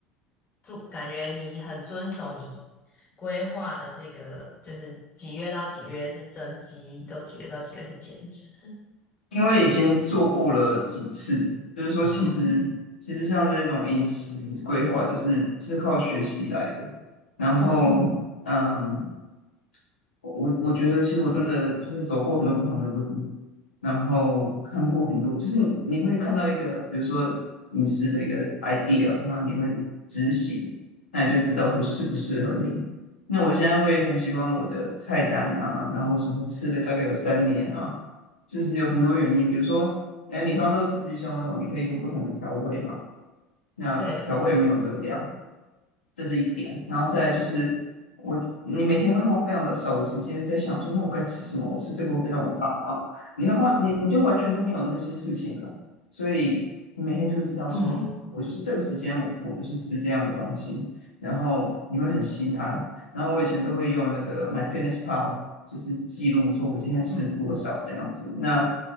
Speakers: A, on the left (about 30°); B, on the left (about 80°).
A: 做，感觉你很遵守你规划的这个，就是几月到几月是增肌，就几月到几月是减脂。
B: 因为已经做过了几次，就是说其实其实像这种饮食规划，
A: 嗯
B: 就是是靠学习来的。然后，
A: 嗯，
B: 嗯，我我我觉得，其实我真的就是走过很多不同的路，然后看过很多，就是你你会看到一个，比如说饮食的一个 idea，然后你会执行，那你就会知道说适不适合你。那我现在会很喜欢我的菜单啊，然后什么吃了大概有三年啊，就是有很多原因，比如说，哎，你通常都吃鸡胸肉，你可以用不同的调味嘛，那调味没有热量。
A: 对
B: 这是一点。然后再来就是我，你每天会花非常的少的时间在想说，那我该吃什么？我吃这个会不会让我发胖？你会花你你就完全都没有那些事情了，所以你每天就会知道说，
A: 嗯
B: 我就是这个时间我就是吃这样的东西，然后你会很心安。然后我以前都会用那个 MyFitnessPal，就是记录说我今天吃多少这样子。
A: 嗯
B: 那